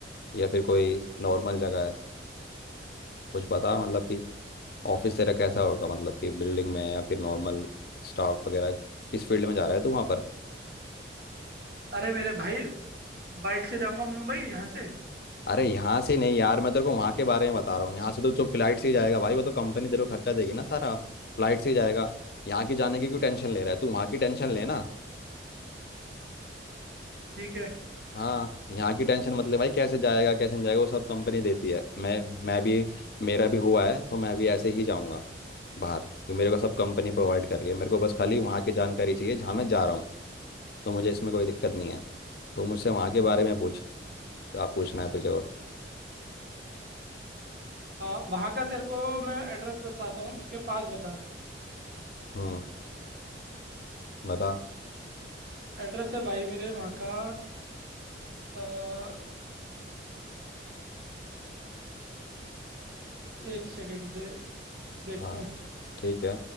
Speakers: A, on the left; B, on the right.
A: या फिर कोई नॉर्मल जगह है कुछ पता मतलब कि ऑफिस तेरा कैसा होगा मतलब कि बिल्डिंग में या फिर नॉर्मल स्टाफ वगैरह किस फील्ड में जा रहा है तू वहाँ पर
B: अरे मेरे भाई बाइक से जाऊंगा मुंबई यहाँ से
A: अरे यहाँ से नहीं यार मैं तेरे को वहाँ के बारे में बता रहा हूँ यहाँ से तो जो फ्लाइट से ही जाएगा भाई वो तो कंपनी तेरे को खर्चा देगी ना सारा फ्लाइट से ही जाएगा यहाँ की जाने की क्यों टेंशन ले रहा है तू वहाँ की टेंशन लेना
B: ठीक है
A: हाँ यहाँ की टेंशन मतलब भाई कैसे जाएगा कैसे नहीं जाएगा वो सब कंपनी देती है मैं मैं भी मेरा भी हुआ है तो मैं भी ऐसे ही जाऊँगा बाहर क्योंकि मेरे को सब कंपनी प्रोवाइड कर रही है मेरे को बस खाली वहाँ की जानकारी चाहिए जहाँ मैं जा रहा हूँ तो मुझे इसमें कोई दिक्कत नहीं है तो मुझसे वहाँ के बारे में पूछ आप पूछना है तुझे और
B: हाँ वहाँ का तेरे को मैं एड्रेस बताता हूँ उसके पास बता
A: हम्म बता
B: एड्रेस है भाई मेरे वहाँ का अ, एक सेकंड दे देखता
A: हाँ
B: हूँ
A: ठीक है